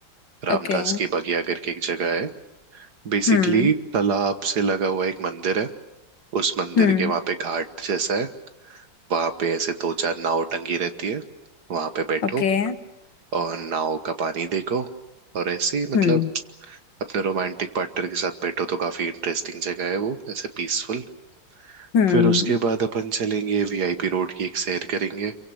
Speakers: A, on the right; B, on the left.
A: रामदास
B: Okay
A: की बगिया करके एक जगह है बेसिकली
B: Hmm
A: तालाब से लगा हुआ एक मंदिर है उस मंदिर
B: Hmm
A: के वहां पे घाट जैसा है वहां पे ऐसे दो चार नाव टंगी रहती है वहां पे बैठो
B: Okay
A: और नाव का पानी देखो और ऐसे ही मतलब
B: Hmm
A: अपने रोमांटिक पार्टनर के साथ बैठो तो काफी इंटरेस्टिंग जगह है वो ऐसे पीसफुल
B: Hmm
A: फिर उसके बाद अपन चलेंगे वीआईपी रोड की एक सैर करेंगे